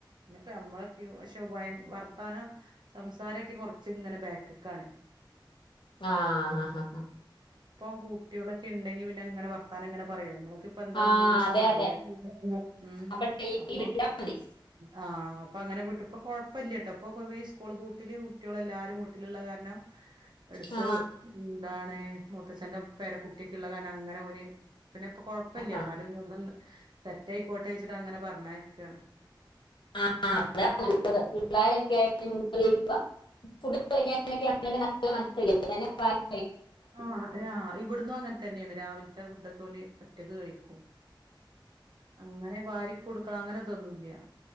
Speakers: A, on the right; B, on the left.
A: ഇനിപ്പ നമ്മളൊക്കെയൊ പക്ഷേ ഭയ് വർ പണം സംസാരൊക്കെ കൊറച്ച് ഇങ്ങനെ ബാക്ക്ക്കാണ്
B: ആഹ് ആഹ് ഹാ ഹാ
A: ഇപ്പം കൂട്ടികളൊക്കെ ഉണ്ടെങ്കി പിന്നങ്ങനെ വർത്താനം അങ്ങനെ പറയും നമ്മള് കിപ്പോ എന്താ
B: ആ
A: ഓനോട്‌ ഇങ്ങനെ
B: അതെ
A: പറയാ
B: അതെ
A: ഉം
B: അപ്പൊ ഡെയിലി
A: അപ്പം
B: വിട്ടാ മതി
A: ആഹ് അപ്പൊ അങ്ങനെ വിട്ടപ്പൊ കൊഴപ്പല്ല്യാ ട്ടോ ഇപ്പൊ കൊ വേഷ് സ്കൂള് പൂട്ട്ല് കുട്ട്യോളെല്ലാരും വ് ട്ട്ല്ള്ള കാരണം എട്ത്ത
B: ആ
A: എന്താണ് മൂത്തച്ഛന്റെ പേരകുട്ട്യക്കുള്ള കാര് ണങ്ങനെ ഓന് പിന്നെ ഇപ്പൊ കൊഴപ്പ ഇല്ല്യാ
B: ആ,
A: എന്നാലും ഇനി ഒന്ന് സെറ്റ് ആയിക്കോട്ടെ വെച്ചിട്ട് അങ്ങനെ പറഞ്ഞയക്കാണ്.
B: ആഹ് അപ്പളേ <unintelligible> പിള്ളരൊക്കെയായിട്ട് മിംഗിളെയ്യുമ്പം ഫുഡൊക്കെ കഴിക്കാനൊക്കെ ആണേലും നല്ല മാറ്റം <unintelligible>
A: ആ യാ ഇവിടുന്നും അങ്ങൻ തന്നെണ് രാവിൽ ത്തെ ഫുഡൊക്കെ ഓന് ഒറ്റക്ക് കഴിക്കും. അങ്ങനെ വാരി കൊടുക്കണം അങ്ങനെതൊന്നൂല്ല്യാ.